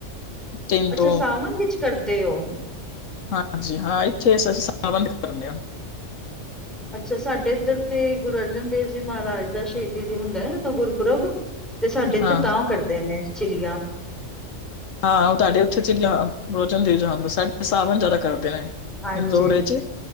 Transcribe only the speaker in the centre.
ਅੱਛਾ,
ਸਾਵਨ ਵਿੱਚ ਕਰਦੇ ਓ।
ਅੱਛਾ, ਸਾਡੇ ਇੱਧਰ ਤੇ ਗੁਰੂ ਅਰਜਨ ਦੇਵ ਜੀ ਮਹਾਰਾਜ ਦਾ ਸ਼ਹੀਦੀ ਵੀ ਹੁੰਦੈ ਤਾਂ ਗੁਰਪੁਰਬ ਤੇ ਸਾਡੇ ਇੱਥੇ
ਤਾਂ ਕਰਦੇ ਨੇ ਚਿਲੀਆਂ।
ਹਾਂਜੀ,